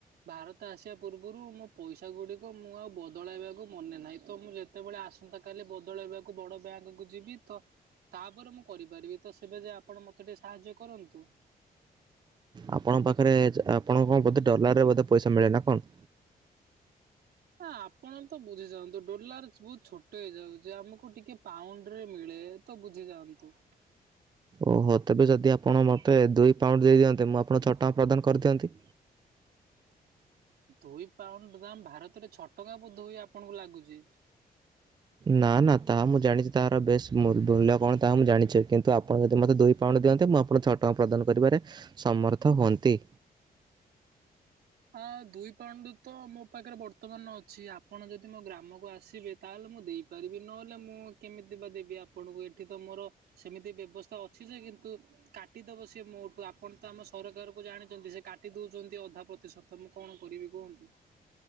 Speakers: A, on the right; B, on the right.
A: ଭାରତ ଆସିବା ପୂର୍ବରୁ ମୋ ପଇସା ଗୁଡିକ ମୁଁ ଆଉ ବଦଳାଇବାକୁ ମନେ ନାହିଁ ତ ମୁଁ ଯେ ତେବେଳେ ଆସନ୍ତା କାଲି ବଦଳେଇବାକୁ ବଡ ବ୍ୟାଙ୍କ କୁ ଯିବି ତ ତାପରେ ମୁଁ କରିପାରିବି ତ ସେବେ ଯେ ଆପଣ ମୋତେ ଟିକେ ସାହାଯ୍ୟ କରନ୍ତୁ।
B: ଆପଣ ପାଖରେ ଆପଣଙ୍କ କଣ ବୋଧେ ଡଲାର ରେ ବୋଧେ ପଇସା ମିଳେ ନା କଣ?
A: ନା ଆପଣ ତ ବୁଝି ଯାଆନ୍ତୁ ଡୋଲାର ବହୁତ ଛୋଟ ହେଇଯାଉଛି ଆମକୁ ଟିକେ ପାଉଣ୍ଡୁ ରେ ମିଳେ। ତ ବୁଝିଯାଆନ୍ତୁ।
B: ଓହୋ ତେବେ ଯଦି ଆପଣ ମୋତେ ଦୁଇ ପାଉଣ୍ଡୁ ଦେଇଦିଅନ୍ତେ ମୁଁ ଆପଣ ଛଅଟ ଟଙ୍କା ପ୍ରଦାନ କରିଦିଅନ୍ତି।
A: ଦୁଇ ପାଉଣ୍ଡୁ ଦାମ ଭାରତରେ ଛଅ ଟଙ୍କା ବୋଧେ ହୁଏ ଆପଣଙ୍କୁ ଲାଗୁଛି।
B: ନା ନା ତାହା ମୁଁ ଜାଣିଛି ତହାର ବେଶ ମୂଲ୍ୟ କଣ ତାହା ମୁଁ ଜାଣିଛି କିନ୍ତୁ ଆପଣ ଯଦି ମୋତେ ଦୁଇ ପଉଣୁ ଦିଅନ୍ତେ ମୁଁ ଆପଣଙ୍କୁ ଛଅ ଟଙ୍କା ପ୍ରଦାନ କରିବାରେ ସମର୍ଥ ହୁଅନ୍ତି।
A: ଆ ଦୁଇ ପାଉଣ୍ଡୁ ତ ମୋ ପାଖରେ ବର୍ତ୍ତମାନ ଅଛି। ଆପଣ ଯଦି ମୋ ଗ୍ରାମକୁ ଆସିବେ ତାହେଲେ ମୁଁ ଦେଇ ପାରିବି ନହେଲେ ମୁଁ କେମିତି ବା ଦେବି ଆପଣଙ୍କୁ ଏଠି ତ ମୋର ସେମିତି ବ୍ୟବସ୍ଥା ଅଛି ଯେ କିନ୍ତୁ କାଟିଦବ ସିଏ ମୋଠୁ ଆପଣ ତ ଆମ ସରକାର କୁ ଜାଣିଛନ୍ତି ସେ କାଟି ଦଉଛନ୍ତି ଅଧା ପ୍ର ଏତେ ସତ ମୁଁ କ ଣ କରିବି କୁହନ୍ତୁ।